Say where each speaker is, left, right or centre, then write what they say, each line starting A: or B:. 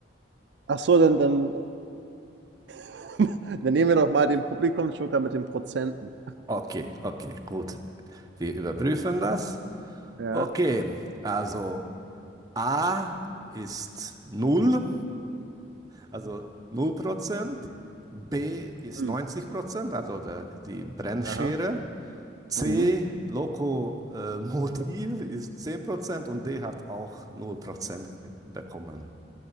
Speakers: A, on the right; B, on the right.
A: Ach so, dann, dann, <laughs> dann nehmen wir doch mal den Publikum-Joker mit den Prozenten.
B: Okay, okay, gut. Wir überprüfen das.
A: Ja.
B: Okay, also A ist null. Also null Prozent, B ist
A: Hm.
B: 90%, also der, die Brennschere.
A: Aha.
B: C,
A: Mhm.
B: Lokomotiv ist 10% und D hat auch null Prozent bekommen.